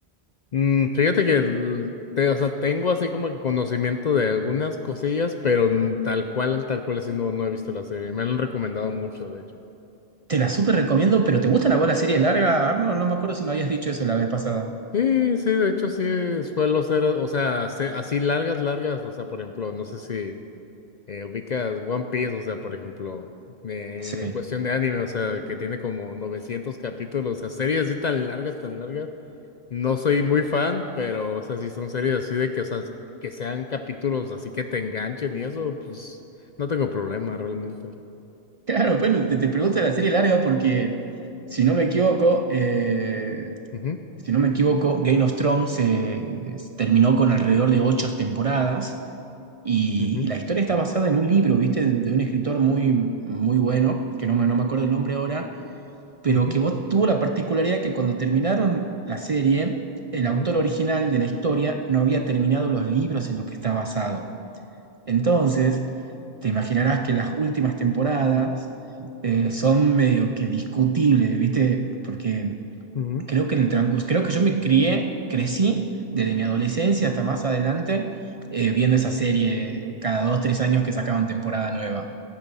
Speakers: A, on the left; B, on the right.
A: Mm, fíjate que el- te- o sea, tengo así como que conocimiento de algunas cosillas, pero mm, tal cual, tal cual así no, no he visto la serie. Me la han recomendado mucho, de hecho.
B: Te la súper recomiendo, pero ¿te gusta la bola serie larga? Arnold, no me acuerdo si me habías dicho eso la vez pasada.
A: Sí, sí, de hecho sí eh, suelo ser, o sea, se- así largas, largas, o sea, por ejemplo, no sé si eh, ubicas One Piece, o sea, por ejemplo, eh,
B: Sí.
A: en cuestión de anime, o sea, que tiene como 900 capítulos, o sea, series así tan largas, tan largas, no soy muy fan, pero, o sea, si son series así de que, o sea, que sean capítulos así que te enganchen y eso, pues, no tengo problema realmente.
B: Claro, bueno, te, te pregunto de la serie larga porque, si no me equivoco, eh,
A: Ujú,
B: si no me equivoco, Game of Thrones eh, terminó con alrededor de ocho temporadas y,
A: ujú,
B: y la historia está basada en un libro, ¿viste? De, de un escritor muy, muy bueno, que no me, no me acuerdo el nombre ahora, pero
A: ujú,
B: que vos tuvo la particularidad que cuando terminaron la serie, el
A: ujú,
B: autor original de la historia no había terminado los libros en los que está basado. Entonces, te imaginarás que las últimas temporadas eh, son medio que discutibles, ¿viste? Porque
A: ujú, ujú.
B: creo que en el transcurso, creo que yo me crié, crecí desde mi adolescencia hasta más adelante eh, viendo esa serie cada dos, tres años que sacaban temporada nueva.